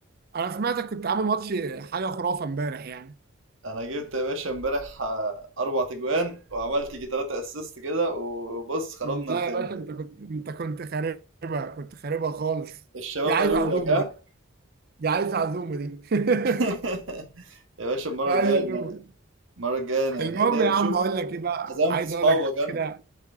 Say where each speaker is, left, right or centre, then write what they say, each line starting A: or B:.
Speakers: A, on the right (about 45°); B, on the right (about 65°).
A: انا سمعتك كنت عامل ماتش حاجه خرافه امبارح يعني
B: انا جبت يا باشا امبارح آه، اربع تجوان وعملت جي تلاتة اسيست كده وبص خربنا
A: لا
B: الدنيا
A: يا باشا انت
B: خالص.
A: كنت انت كنت خاربها كنت خاربها خالص
B: الشباب
A: دي عايزه
B: قالوا
A: عزومه
B: لك ها
A: دي دي عايزه عزومه دي <laughs>
B: <laughs> يا باشا المره
A: دي عايزه
B: الجايه
A: عزومه
B: أنا- المره الجايه انا
A: المهم
B: أنا- أنا
A: يا عم
B: شفت
A: بقول لك ايه بقى
B: عزمت
A: عايز
B: اصحابك
A: اقول لك
B: انا
A: كده